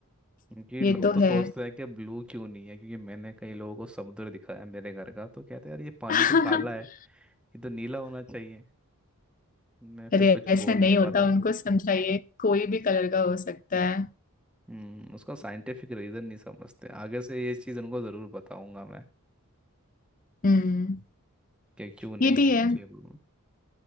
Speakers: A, in the centre; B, on the left.
A: क्योंकि
B: ये
A: लोग
B: तो
A: तो
B: है
A: सोचते हैं कि ब्लू क्यों नहीं है क्योंकि मैंने कई लोगों को समुद्र दिखाया है मेरे घर का तो कहते हैं यार ये पानी
B: <laughs>
A: तो काला है ये तो नीला होना चाहिए मैं
B: अरे
A: फिर कुछ
B: ऐसा
A: बोल
B: नहीं
A: नहीं
B: होता
A: पाता
B: उनको समझाइए कोई भी कलर का हो सकता है
A: हम्म उसका साइंटिफिक रीज़न नहीं समझते आगे से ये चीज़ उनको ज़रूर बताऊंगा मैं
B: हम्म
A: कि क्यों नहीं
B: ये
A: होना
B: भी है
A: चाहिए ब्लू